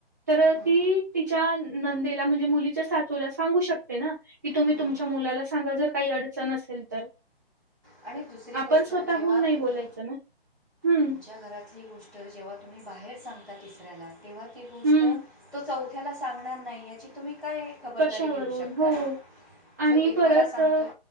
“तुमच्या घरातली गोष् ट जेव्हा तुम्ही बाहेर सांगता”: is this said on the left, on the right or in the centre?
Centre